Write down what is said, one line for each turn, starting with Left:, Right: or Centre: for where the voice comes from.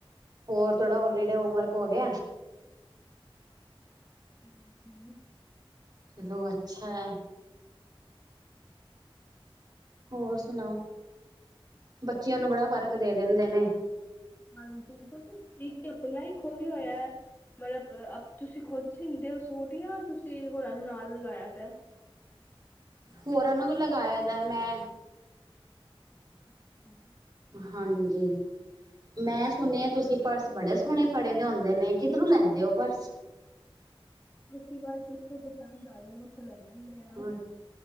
Right: ਹੋਰ ਥੋੜਾ ਹੋਲੀਡੇ ਹੋਮਵਰਕ ਹੋ ਗੇਆ?
Left: ਹਾਂਜੀ।
Right: ਚਲੋ ਅੱਛਾ ਐ। ਹੋਰ ਸੁਣਾਓ, ਬੱਚੇਆਂ ਨੂੰ ਬੜਾ
Left: ਤੁਸੀਂ
Right: ਵਰਕ ਦੇ ਦੇਂਦੇ ਨੇਂ।
Left: ਹਾਂਜੀ, ਤੁਸੀਂ ਬੂਟੀਕ ਤੇ ਆਪਣਾ ਈ ਖੋਲ੍ਹਿਆ ਹੋਇਆ ਮਤਲਬ ਅਪ, ਤੁਸੀਂ ਖੁਦ ਸੀਂਦੇ ਓ ਸੂਟ ਯਾ ਤੁਸੀਂ ਹੋਰਾਂ ਨੂੰ ਨਾਲ ਲਗਾਇਆ ਪਿਆ?
Right: ਹੋਰਾਂ ਨੂੰ ਵੀ ਲਗਾਇਆ ਜਾ, ਮੈਂ।
Left: ਅੱਛਾ।
Right: ਹਾਂਜੀ। ਮੈਂ ਸੁਣਿਆ ਤੁਸੀਂ ਪਰਸ ਬੜੇ ਸੋਹਣੇ ਫੜੇ ਦੇ ਹੁੰਦੇ ਨੇਂ, ਕਿੱਧਰੋਂ ਲੈਂਦੇ ਓ ਪਰਸ?
Left: ਅਸੀਂ ਬਸ ਜਿੱਥੋਂ ਪਸੰਦ ਆ ਜਾਣ, ਉੱਥੋਂ ਲੈ ਲੈਂਨੇ ਆਂ।
Right: ਹਾਂ,